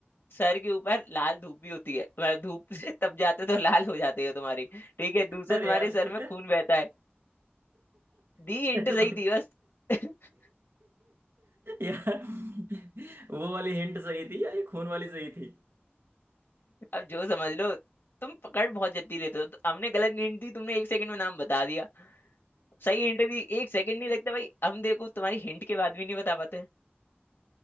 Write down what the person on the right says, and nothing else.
अरे
यार
अरे
भाई
यार वो वाली हिंट सही थी या ये खून वाली सही थी